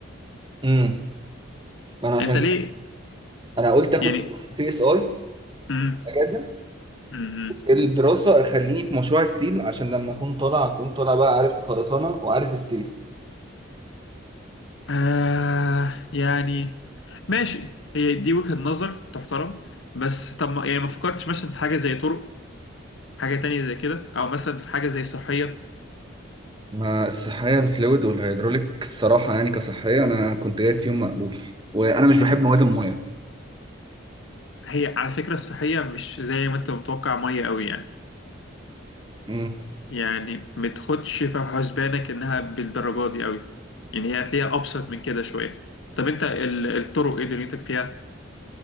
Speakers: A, on the right; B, on the left.
A: امم ما انا عشان
B: انت ليه
A: انا قلت اخد
B: يعني
A: سي اس اي
B: امم
A: اجازه
B: امم
A: الدراسة أخليني في مشروع ستيل عشان لما أكون طالع أكون طالع بقى عارف خرسانة وعارف ستيل
B: آه يعني ماشي هي دي وجهة نظر تحترم بس طب ما يعني ما فكرتش مثلا في حاجه زي طرق حاجه تانية زي كده او مثلا في حاجه زي صحيه
A: ما الصحية الفلويد والهيدروليك الصراحة يعني كصحية أنا كنت جايب فيهم مقبول وأنا مش بحب مواد المية
B: هي على فكره الصحيه مش زي ما انت متوقع ميه قوي يعني
A: مم.
B: يعني ما تاخدش في حسبانك انها بالدرجه دي قوي يعني هي هتلاقيها ابسط من كده شويه طب انت ال- الطرق ايه دنيتك فيها